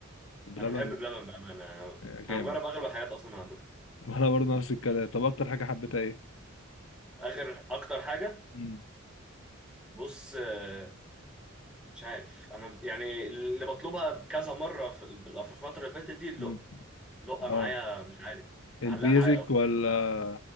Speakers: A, on the left; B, in the centre.
A: بلبن
B: انا بحب بلبن بامانه انا
A: آه، جامد
B: أنا مجرب اغلب الحاجات اصلا من عندكم
A: <laughs> وانا برضه نفس الكلام طب اكتر حاجة حبيتها ايه
B: اخر اكتر حاجه
A: امم
B: بص آه، مش عارف انا ب- يعني اللي بطلبها كذا مره في ال- في الفتره اللي فاتت دي اللقه
A: امم
B: لقه معايا
A: اه
B: مش عارف معلقه
A: البيزك
B: معايا قوي
A: ولا